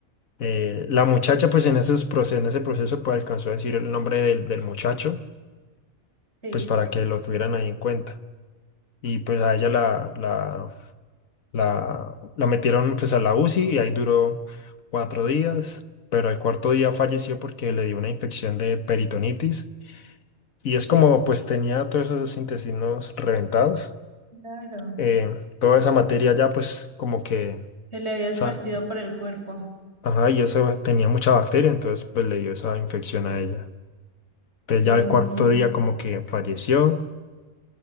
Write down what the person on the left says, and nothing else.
eh, la muchacha, pues en, esos proce- en ese proceso, pues alcanzó a decir el nombre del, del muchacho,
pues para que lo tuvieran ahí en cuenta. Y pues a ella la, la La, la metieron pues a la UCI y ahí duró cuatro días, pero al cuarto día falleció porque le dio una infección de peritonitis y es como pues tenía todos esos intestinos reventados,
eh, toda esa materia ya pues como que,
sa-
ajá, y eso tenía mucha bacteria, entonces pues le dio esa infección a ella. Entonces
ya el
cuarto día como que falleció